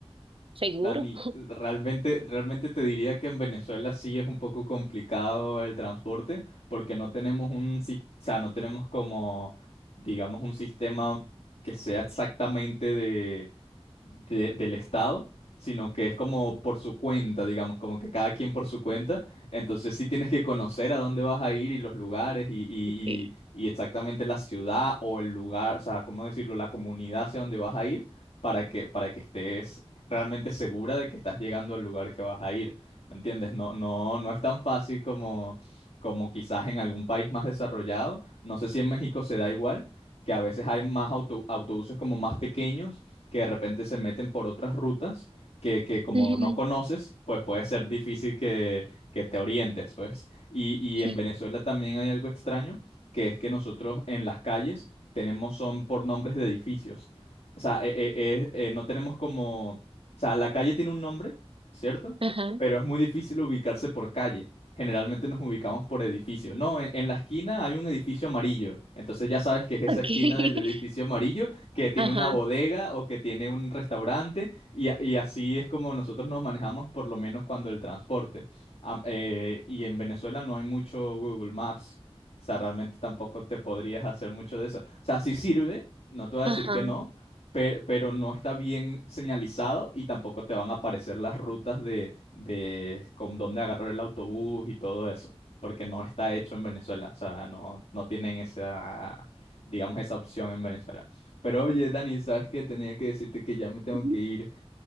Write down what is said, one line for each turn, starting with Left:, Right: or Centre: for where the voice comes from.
Right: seguro.
Left: Dani, realmente, realmente te diría que en Venezuela sí es un poco complicado el transporte porque no tenemos un, sis- o sea, no tenemos como, digamos, un sistema que sea exactamente de, de- del Estado, sino que es como por su cuenta, digamos, como que cada quien por su cuenta. Entonces sí tienes que conocer a dónde vas a ir y los lugares y, y,
Right: Sí.
Left: y, y exactamente la ciudad o el lugar, o sea, ¿cómo decirlo? La comunidad hacia dónde vas a ir para que, para que estés realmente segura de que estás llegando al lugar que vas a ir, ¿me entiendes? No, no, no es tan fácil como, como quizás en algún país más desarrollado. No sé si en México se da igual, que a veces hay más auto- autobuses como más pequeños que de repente se meten por otras rutas que, que como
Right: Ujú,
Left: no conoces, pues puede ser difícil que, que te orientes, pues. Y, y
Right: <laughs>
Left: en Venezuela
Right: Sí,
Left: también hay algo extraño, que es que nosotros en las calles tenemos son por nombres de edificios. O sea, e- e- es- eh, no tenemos como o sea, la calle tiene un nombre, ¿cierto?
Right: ajá,
Left: Pero es muy difícil ubicarse por calle. Generalmente nos ubicamos por edificio. No, en, en la esquina hay un edificio amarillo. Entonces ya sabes que es esa
Right: Ok.
Left: esquina
Right: <laughs>
Left: del edificio amarillo que tiene
Right: ajá,
Left: una bodega o que tiene un restaurante. Y, a- y así es como nosotros nos manejamos, por lo menos cuando el transporte. Am- eh, y en Venezuela no hay mucho Google Maps. O sea, realmente tampoco te podrías hacer mucho de eso. O sea, sí sirve, no te voy a decir
Right: ajá.
Left: que no pe- pero no está bien señalizado y tampoco te van a aparecer las rutas de, de con dónde agarrar el autobús y todo eso, porque no está hecho en Venezuela, o sea, no, no tienen esa, digamos, esa opción en Venezuela. Pero oye, Dani, ¿sabes qué? Tenía que decirte que ya me tengo
Right: Ujú.
Left: que ir.